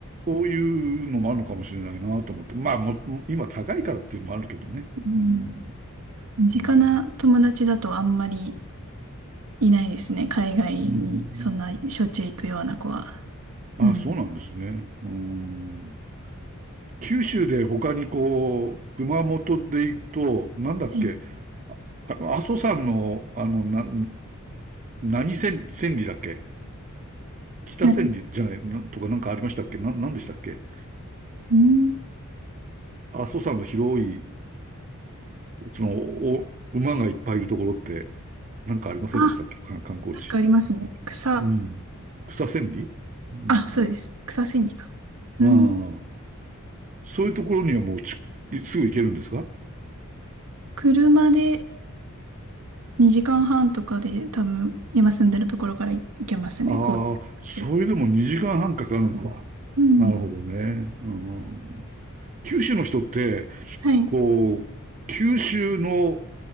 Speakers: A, on the right; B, on the right.
A: そういうのもあるのかもしれないなと思って。まあ、も、今高いからっていうのもあるけどね。
B: うん
A: うん。
B: 身近な友達だとあんまり
A: うん。
B: いないですね。海外にそんなしょっちゅう行くような子は。
A: うん。あ、
B: うん。
A: そうなんですね。うん。九州で他にこう、熊本で行くと、なんだっけ、
B: はい。
A: あの、阿蘇山の、あの、な、何千、千里だっけ北千里じゃない、
B: なに、
A: なんとかなんかありましたっけな、なんでしたっけ
B: うん。
A: 阿蘇山の広い、その、お、馬がいっぱいいるところって、なんかありませんでしたっけか観光地。
B: あ、なんかありますね。草。
A: うん。草千里うん。
B: あ、そうです。草千里か。うん。
A: ああ。そういうところにはもうち、すぐ行けるんですか
B: 車で2時間半とかで多分今住んでるところから行けますね。
A: ああ、
B: 高速で。
A: それでも2時間半かかるのか。
B: うん。
A: なるほどね。うん、九州の人って、
B: はい。
A: こう、九州の